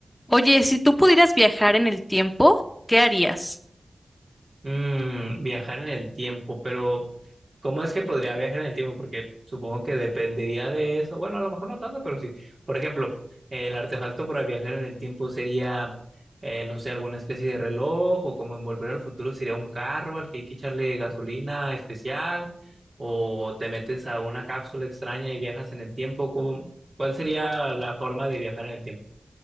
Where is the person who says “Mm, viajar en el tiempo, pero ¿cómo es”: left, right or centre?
Right